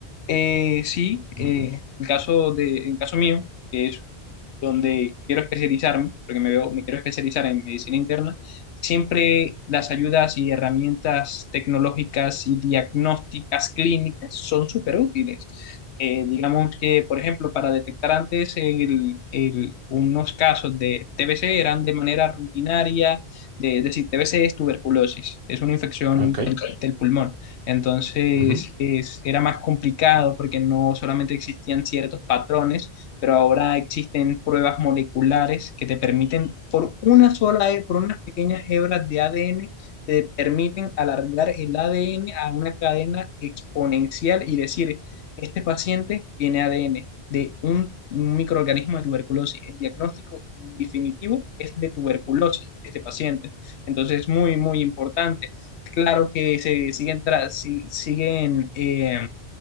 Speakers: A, on the left; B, on the right.
A: Eh, sí, eh,
B: ujú.
A: el caso de, el caso mío, que es donde quiero especializarme, porque me veo, me quiero especializar en medicina interna, siempre las ayudas y herramientas tecnológicas y diagnósticas clínicas son súper útiles. Eh, digamos que, por ejemplo, para detectar antes el- el- unos casos de TBC eran de manera rutinaria, de, es decir, TBC es tuberculosis, es una infección
B: Ok.
A: del, Ok. del pulmón. Entonces,
B: ujú.
A: es- era más complicado porque no solamente existían ciertos patrones, pero ahora existen pruebas moleculares que te permiten, por una sola, he- por unas pequeñas hebras de ADN, te permiten alargar el ADN a una cadena exponencial y decir, este paciente tiene ADN de un microorganismo de tuberculosis. El diagnóstico definitivo es de tuberculosis de este paciente. Entonces es muy, muy importante. Claro que se siguen, tra- si- siguen eh,